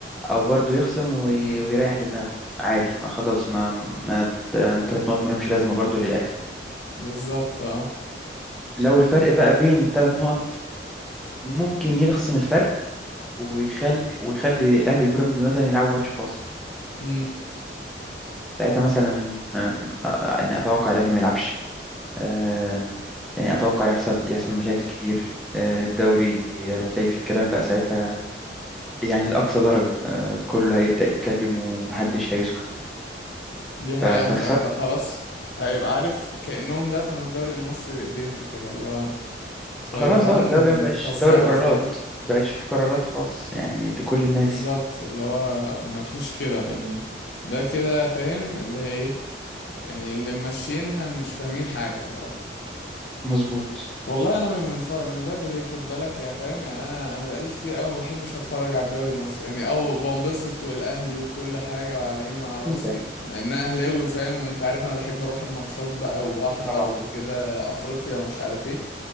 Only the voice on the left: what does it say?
امم
بالظبط اه
امم
دي هي
انت انت خلاص هيبقى عارف كأنهم دفنوا الدوري المصري بإيديهم كده اللي هو فيا
جدعان
بتهزروا
فاهم
بالظبط
اللي هو مفيش كده يعني ده كده فاهم اللي هي ايه يعني اللي ماشيينها مش فاهمين حاجة اللي هو
والله انا من من ف- من بدري خد بالك يا فاهم يعني انا انا بقالي كتير قوي ما بحبش اتفرج على الدوري المصري يعني اه بنبسط والاهلي وكل حاجه وعلى عيني وعلى راسي
لان انا اهلاوي وفاهم وانت عارف انا بحب اروح الماتشات بقى واحضر
وكده افريقيا ومش عارف ايه